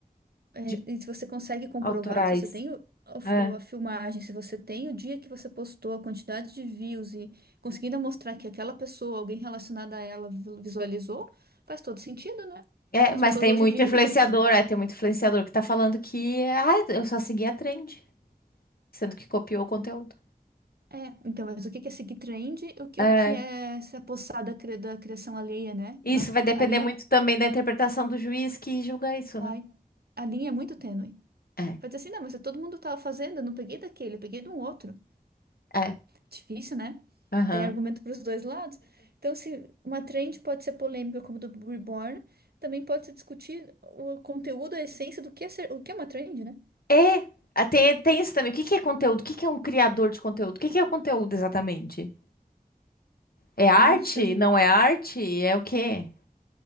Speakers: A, on the right; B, on the left.
A: É,
B: de
A: e se você consegue comprovar,
B: autorais.
A: se você tem o- a, f-
B: É.
A: a filmagem, se você tem o dia que você postou, a quantidade de views e conseguindo mostrar que aquela pessoa, alguém relacionado a ela, vi- visualizou, faz todo sentido, né?
B: É,
A: As
B: mas
A: pessoas
B: tem
A: hoje
B: muito
A: vivem
B: influenciador,
A: disso.
B: é, tem muito influenciador que tá falando que, ah, eu só segui a trend, sendo que copiou o conteúdo.
A: É, então, mas o que que é seguir trend? O que,
B: É.
A: o que é se apossar da, cri- da criação alheia, né?
B: Isso
A: Na-
B: vai depender
A: a linha,
B: muito também da interpretação do juiz que julga isso,
A: ai,
B: né?
A: a linha é muito tênue.
B: É,
A: Vai dizer assim, não, mas todo mundo estava fazendo, eu não peguei daquele, eu peguei de um outro.
B: é.
A: Difícil, né?
B: Aham.
A: Tem argumento para os dois lados. Então, se uma trend pode ser polêmica, como do Reborn, também pode se discutir o conteúdo, a essência do que é ser, o que é uma trend, né?
B: É, ah, tem, tem isso também. O que que é conteúdo? O que que é um criador de conteúdo? O que que é o conteúdo exatamente? É arte?
A: Ixi, hoje,
B: Não é arte? É o quê?